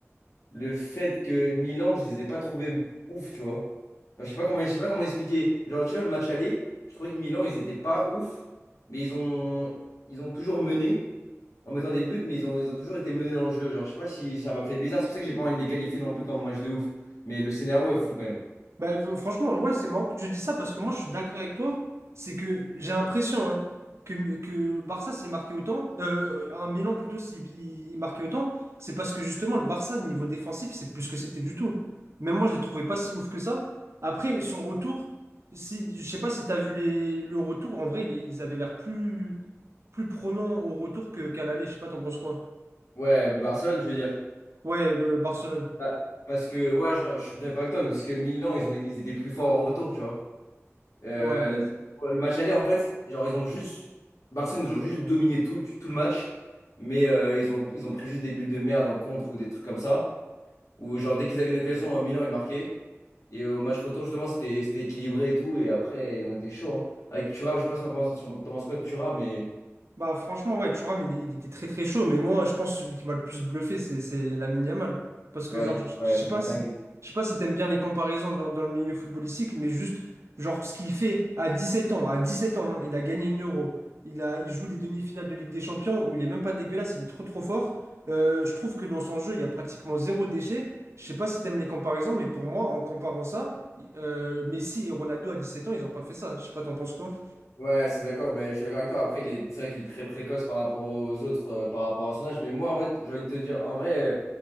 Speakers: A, on the left; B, on the right.
A: le fait que Milan, je les ai pas trouvés ouf, tu vois. Genre, je sais pas comment, je sais pas comment expliquer. Genre, tu vois, le match aller, je trouvais que Milan, ils étaient pas ouf, mais ils ont, ils ont toujours mené en mettant des buts, mais ils ont, ils ont toujours été menés dans le jeu. Genre, je sais pas si ça m'a fait bizarre. C'est pour ça que j'ai pas envie de les qualifier non plus comme un match de ouf. Mais le scénario est fou quand même.
B: Bah, euh, franchement, ouais, c'est marrant que tu dis ça parce que moi, je suis d'accord avec toi. C'est que j'ai l'impression hein, que, que Barça s'est marqué autant, euh, un Milan plutôt s'il il- il marquait autant, c'est parce que justement, le Barça, niveau défensif, c'est plus ce que c'était du tout. Même moi, je les trouvais pas si ouf que ça. Après, sur le retour, si, je sais pas si t'as vu les, le retour, en vrai, ils ils avaient l'air plus, plus prenants au retour que, qu'à l'aller. Je sais pas, t'en penses quoi?
A: Ouais, Barcelone, je veux dire.
B: Ouais, le Barcelone.
A: Ah, Parce que, ouais, je, je suis d'accord avec toi, parce que Milan, ils ont, ils étaient plus forts au retour, tu vois. Euh,
B: Ouais.
A: le match aller, en fait, genre, ils ont juste. Barcelone, ils ont juste dominé tout, le- tout le match. Mais euh, ils ont, ils ont pris juste des buts de merde en contre ou des trucs comme ça. Ou genre, dès qu'ils avaient une occasion, euh, Milan, ils marquaient. Et au match retour, justement, c'était c'était équilibré et tout. Et après, ils ont été chauds. hein. Avec Thuram, je sais pas si t'en penses t'en penses quoi de Thuram, mais
B: Bah franchement ouais Thuram il, il était très très chaud mais moi je pense que celui qui m'a le plus bluffé c'est c'est Lamine Yamal parce que
A: ouais,
B: genre
A: il-
B: je je
A: ouais,
B: sais
A: c'est
B: pas
A: une
B: si
A: dinguerie.
B: je sais pas si t'aimes bien les comparaisons dans, dans le milieu footballistique mais juste genre ce qu'il fait à 17 ans à 17 ans hein, il a gagné une Euro il a il joue des demi-finales de Ligue des Champions où il est même pas dégueulasse il est trop trop fort Euh, je trouve que dans son jeu il y a pratiquement zéro déchet je sais pas si t'aimes les comparaisons mais pour moi en comparant ça euh, Messi et Ronaldo à 17 ans ils ont pas fait ça je sais pas t'en penses quoi
A: Ouais, c'est d'accord, ben, je suis d'accord avec toi. Après, il est- c'est vrai qu'il est très précoce par rapport aux autres, euh, par rapport à son âge. Mais moi, en fait, j'ai envie de te dire, en vrai, euh,